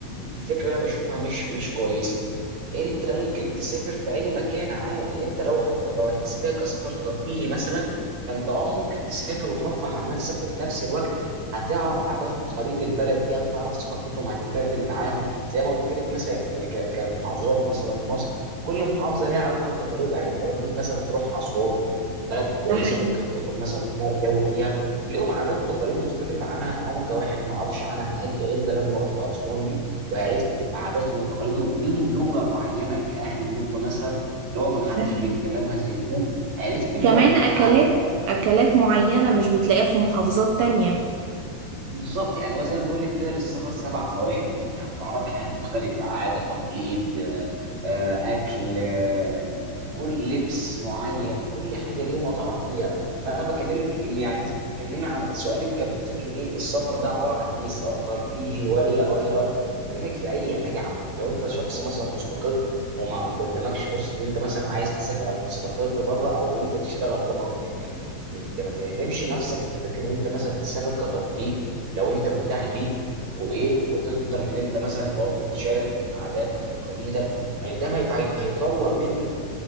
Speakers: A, on the right; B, on the right.
A: فكره انا بشوفها مش مش كويسه انت ممكن تسافر في اي مكان عادي انت لو هت... لو هتحسبها كسفر ترفيهي مثلا فانت اه ممكن تسافر وترفه عن نفسك وفي نفس الوقت هتعرف عادات وتقاليد البلد دي هتعرف ثقافتهم هتتبادل معاهم زي ما قلت لك مثلا ان ك... كمحافظات مثلا مصر كل محافظه ليها عاداتها وتقاليدها يعني انت لو جيت مثلا تروح اسوان بلد كويسه
B: ده حقيقي
A: ممكن انت تروح مثلا تغير جو فيها ليهم عادات وتقاليد مختلفة عنها أنا كواحد ما أعرفش عنها حاجة إلا لما رحت أسوان دي وعرفت عاداتهم وتقاليدهم ليهم لغة معينة كأهل النوبة مثلا اللي هو ما حدش
B: ده حقيقي
A: بيتكلمها زي النوبة عرفت منهم
B: كمان اكلات
A: معالي
B: اكلات معينة مش بتلاقيها في محافظات تانية
A: بالظبط يعني هو زي ما بقول لك كده للسفر سبع فوائد انت هتعرفي حاجات مختلفه عاده تقليد آه، آه، اكل آه، كل لبس معين كل حاجه ليهم هتعرفيها فانا بكلمك ان يعني انت بتتكلمي عن سؤالك كان فكره ايه السفر ده عباره عن ايه سواء ترفيهي ولا ولا ولا بكلمك في اي حاجه عامه لو انت شخص مثلا مستقر وما قدامكش فرصه ان انت مثلا عايز تسافر او تستقر بره او انت تشتغل بره يبقى يبقى ما تحرمش نفسك من فكره ان انت مثلا تسافر كترفيه لو انت متاح ليك و- وتقدر ان انت مثلا برضه تشارك عاداتك تقاليدك يعني ده هي... هي... هيطور منك